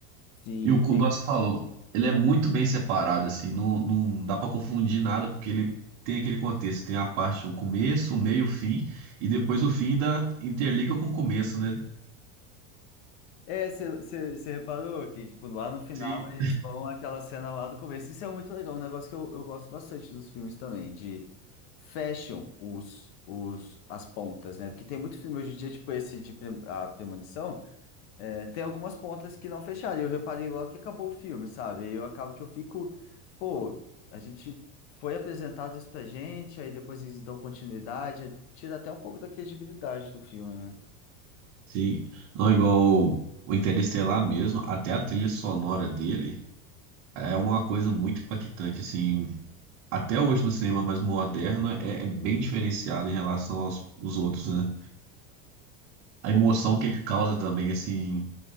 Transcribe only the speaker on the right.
E o que
você falou, ele é muito bem separado assim, não, não dá para confundir nada porque ele tem aquele contexto, tem a parte o começo, o meio, o fim e depois o fim ainda interliga com o começo, né?
Sim.
Sim, não é igual o Interestelar mesmo, até a trilha sonora dele É uma coisa muito impactante, assim. Até hoje no cinema mais moderno é, é bem diferenciado em relação aos os outros, né? A
emoção que ele causa também, assim,